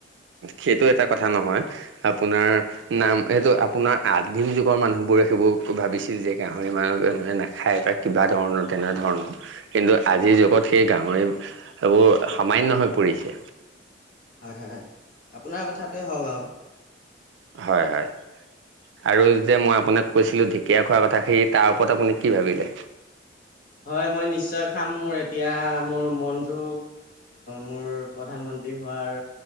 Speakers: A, on the right; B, on the left.
A: সেইটো এটা কথা নহয়, আপোনাৰ নাম এইটো আপোনাৰ আদিম যুগৰ মানুহ বোৰে সেইবোৰ ভাবিছিল যে, গাহৰি মানুহ মানুহে নাখায় পায়। কিবা ধৰণৰ তেনে ধৰণৰ। কিন্তু আজিৰ যুগত সেই গাহৰি এইবোৰ সামান্য় হৈ পৰিছে।
B: হয়, হয়, আপোনাৰ কথাটোৱে হওক আৰু।
A: হয়, হয়, আৰু যেতিয়া মই আপোনাক কৈছিলো। ধেকিয়া খোৱাৰ কথা সেই তাৰ ওপৰত আপুনি কি ভাবিলে?
B: হয়, মই নিশ্চয় খাম, মোৰ এতিয়া মোৰ মনটো মোৰ প্ৰধানমন্ত্ৰী হোৱাৰ